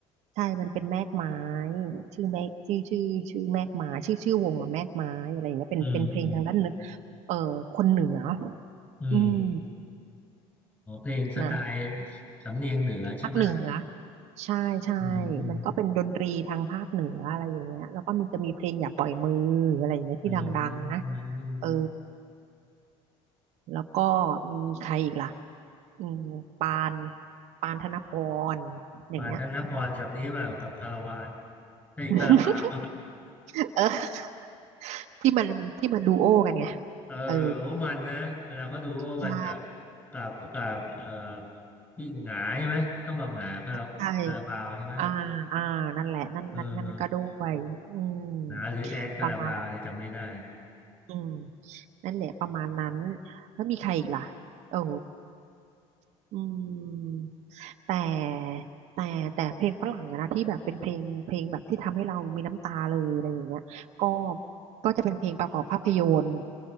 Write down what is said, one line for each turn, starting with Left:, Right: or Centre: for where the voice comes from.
Right: ใช่มันเป็นแมกไม้ชื่อแมกชื่อชื่อชื่อแมกไม้ชื่อชื่อวงอะแมกไม้อะไรอย่างเงี้ยเป็นเป็นเพลงทางด้านเนื้อ
Left: อืมอืม
Right: เออคนเหนือ
Left: อืม
Right: อืม
Left: อ๋อเพลงสไตล์
Right: นะ
Left: สำเนียงเหนือใช่ไหม
Right: ภาคเหนือใช่ใช่
Left: อืมอืม
Right: มันก็เป็นดนตรีทางภาคเหนืออะไรอย่างเงี้ยแล้วก็มีจะมีเพลงอย่าปล่อยมืออะไรอย่างเงี้ยที่ดังๆนะ
Left: อืมอืมอืมอืมอืม
Right: เออแล้วก็มีใครอีกล่ะอืมปานปานธนพรอย่างเงี้ย
Left: ปานธนพรกับนี้มากับคาราวานเฮ้ยคาราบาว
Right: <laughs> เออที่มันที่มันดูโอกันไง
Left: เออโอ้มันนะเวลาเขาดูโอ้กันกับ
Right: เออใช่
Left: กับกับเอ่อพี่หงาใช่ไหมต้องบอกหงาคาราคาราบาวใช่ไหม
Right: ใช่อ่าอ่านั่นแหละ นั่นนั่นนั่นก็ด้วยอืม
Left: เออหงาหรือแอดคาราบาวเนี่ยจำไม่ได้
Right: ประมาณอ่ะอืมนั่นแหละประมาณนั้นแล้วมีใครอีกล่ะเอออืมแต่แต่แต่เพลงฝรั่งอะนะที่แบบเป็นเพลงเพลงแบบที่ทำให้เรามีน้ำตาเลยอะไรอย่างเงี้ยก็ก็จะเป็นเพลงประกอบภาพยนตร์